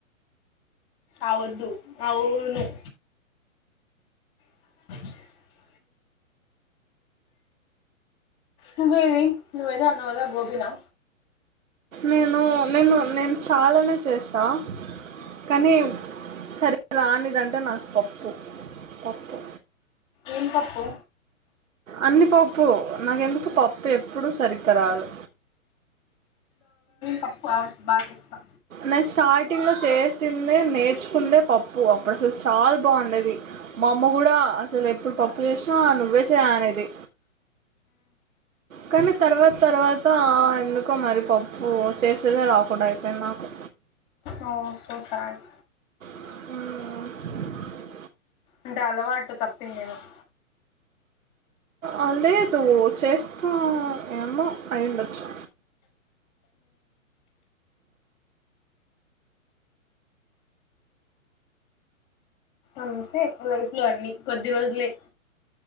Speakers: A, on the left; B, on the right.
A: అవ్వొద్దు అవ్వకూడద్ నువ్ <inaudible> నువ్వేది నువ్వేదో అన్నవ్ కదా గోబి నా
B: నేను నేను నేన్ చాలానే చేస్తా కానీ వ్ సరే రానిదంటే నాక్ పప్పు పప్పు
A: ఏం పప్పు
B: అన్ని పప్పు నాకెందుకు పప్పు ఎప్పుడు సరిగ్గా రాదు
A: పప్పు ఆ వచ్చు బా చేస్తా
B: నేను స్టార్టింగ్ లో చేసిందే నేర్చుకుందే పప్పు అప్పుడు అసలు చాలా బాగుండేది మా అమ్మ కూడా అసలు ఎప్పుడ్ చేసినావా నువ్వే తాా అనేది కానీ తర్వాత తర్వాత ఎందుకో మరి పప్పు చేసేదే రాకుండా అయిపోయింది నాకు
A: ఓ సో సాడ్
B: ఆ
A: అంటే అలవాటు తప్పిందివరు
B: అ లేదు చేస్తూ ఏమో అయిండొచ్చు
A: అంతే లైఫ్ లో అన్ని కొద్ది రోజులే